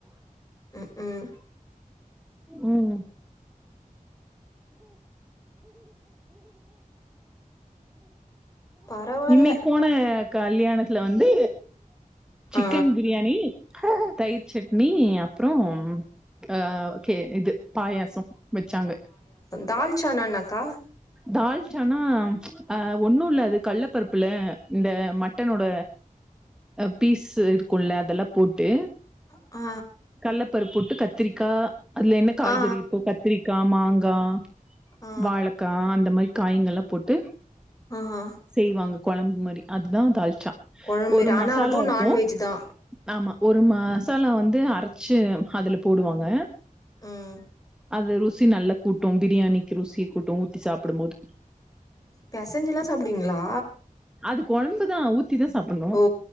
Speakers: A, on the left; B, in the centre.
A: ம் ம்
B: உம்
A: பரவால்ல
B: இன்னிக் போன கல்யாணத்துல வந்து சிக்கன்
A: ஆ
B: பிரியாணி தயிர் சட்னி அப்றோ ஆ ஓககே இது பாயாசோ வெச்சாங்க
A: தால்ச்சானா என்னகா
B: தால்ச்சானா அ ஒன்னு இல்ல அது கள்ள பருப்புல இந்த மட்டனோட பீஸ் இருக்குல அதெல்லா போட்டு
A: ஆ
B: கல்லப்பருப்பு போட்டு கத்திரிக்கா அதுல என்ன காய்கறி
A: ஆ ஆ
B: இருக்கு கத்திரிக்கா மாங்கா
A: ஆ ஆ
B: வாழக்கா அந்த மாரி காய்ங்கெல்லா போட்டு
A: ஆ ஆ
B: செய்வாங்க கொழம்பு மாரி அதுதா தால்ச்சா
A: கொழம்பு மாரி
B: ஒரு
A: ஆனா
B: மசாலா
A: அதுவு
B: இருக்கு
A: நண்வெஜ் தா
B: ஆமா ஒரு மசாலா வந்து அரச்சு அதுல போடுவாங்க
A: ம்
B: அது ருசி நல்லா கூட்டும் பிரியாணிக்கு ருசிய கூட்டு ஊத்தி சாப்புடும்போது
A: பெசஞ்செல்லா சாப்டுவீங்ளா
B: அது குழம்பு தான் ஊத்தி தான் சாப்பிடணும்.
A: ஓ